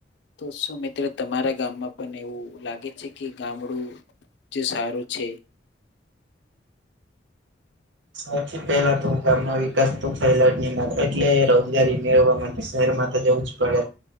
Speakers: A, on the left (about 65°); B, on the right (about 80°).
A: તો શું મિત્રો તમારા ગામમાં પણ એવું લાગે છે કે ગામડું. જે સારું છે.
B: સૌથી પેલા તો ગામ ના વિકાસ તો થયેલા જ ની મલે એટલે રોજગારી મેળવા માટે શહે ર માં તો જવું જ પડે